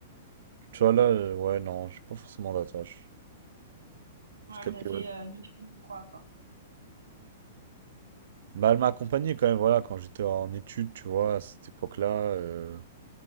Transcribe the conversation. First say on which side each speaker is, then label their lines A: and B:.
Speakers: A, on the right (about 60°); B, on the right (about 80°).
A: tu vois là, euh, ouais, non, j'ai pas forcément d'attache. Parce
B: Ouais,
A: qu'elle
B: elle t'a fait
A: était
B: euh, ni chaud ni froid, quoi.
A: Bah, elle m'a accompagné quand même, voilà, quand j'étais en études, tu vois, à cette époque-là, euh,